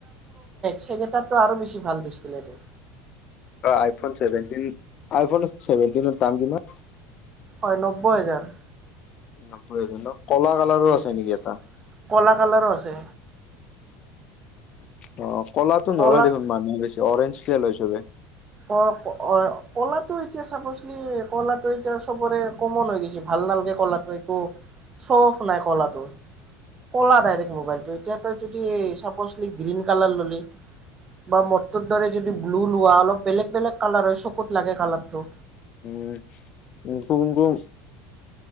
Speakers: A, on the right; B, on the left.
A: সেই কেইটাতটো আৰু বছি ভাল ডিছপ্লেটো
B: আইফোন চছেভেনটিন আইফোন চছেভেনটি দাম কিমান?
A: হয় নব্বৈ হেজাৰ
B: নব্বৈ হাজাৰ ন কলা কালাৰো
A: উম।
B: আছে নেকি এটা
A: কলা কালাৰো আছে
B: অ কলাটো
A: কলাত
B: নলয় দেখোন মানুহ বেছি অৰেঞ্জ তোলে লৈছো মই
A: অ অ কলাটো এতিয়া চাবছলি কলাটো এতিয়া চবৰে কমন হৈ গৈছে ভাল নালাগে কলাটো একো চফ নাই কলাটো কলা দাইৰেগ মোবাইলটো এতিয়া তই যদি চাপচলি গ্ৰীণ কালাৰ ললি বা মৰ <unintelligible> যদি ব্লু লোৱা অলপ বেলেগ বেলেগ কালাৰ হয় চকুত লাগে কালাৰটো
B: উমক কিক <unintelligible>